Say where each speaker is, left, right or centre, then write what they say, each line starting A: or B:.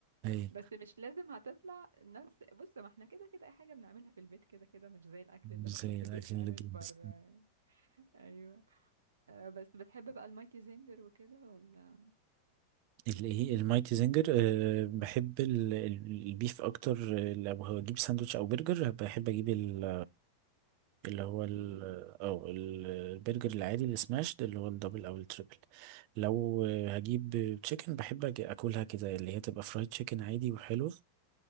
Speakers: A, on the right (about 45°); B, on the right (about 70°).
A: أيوه
B: بس مش لازم هتطلع نفس بص ما احنا كده كده اي حاجة بنعملها في البيت كده كده مش زي الاكل
A: مش
B: اللي هو
A: زي
B: <laughs> اللي
A: الأكل
B: بيتعمل
A: اللي بينزل
B: بره يعني. ايوه آه، بس بتحب بقى المايتي زنجر وكده ولا
A: الايه المايتي زنجر أه بحب ال- ال- البيف اكتر آه، لو هجيب ساندوتش او برجر بحب اجيب ال- اللي هو
B: بيف
A: ال او ال- البرجر العادي السماش ده اللي هو الدبل او التريبل لو آه،
B: مم.
A: هجيب تشيكن بحب أج- اكلها كده اللي هي تبقى فرايد تشيكن عادي وحلوة